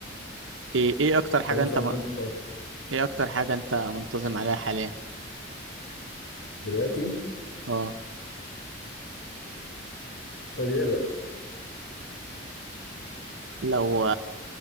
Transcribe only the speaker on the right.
إيه إيه أكتر حاجة
أنت
م...
إيه أكتر حاجة أنت منتظم عليها حاليا؟
أه
لو